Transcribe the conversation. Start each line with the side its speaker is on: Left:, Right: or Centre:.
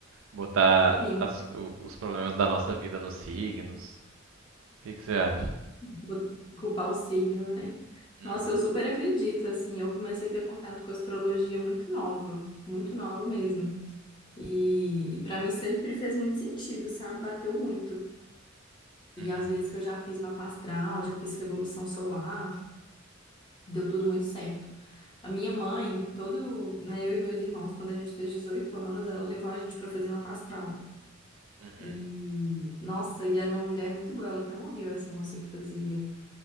Right: Botar
Left: sim.
Right: as- o- os problemas da nossa vida nos signos. O que que você acha?
Left: Vou culpar o signo, né?
Right: Uhum,
Left: Nossa, eu super acredito, assim, eu comecei a ter contato com astrologia muito nova, muito nova mesmo. E, e para mim sempre fez muito sentido, sabe? Bateu muito. E
Right: uhum,
Left: às vezes que eu já fiz mapa astral, já fiz revolução solar, deu tudo muito certo. A minha mãe, todo, né, eu e meus irmãos, quando a gente fez 18 anos, ela levou a gente para fazer mapa astral.
Right: uhum,
Left: E, nossa, e era uma mulher muito boa, ela até morreu, essa moça que fazia.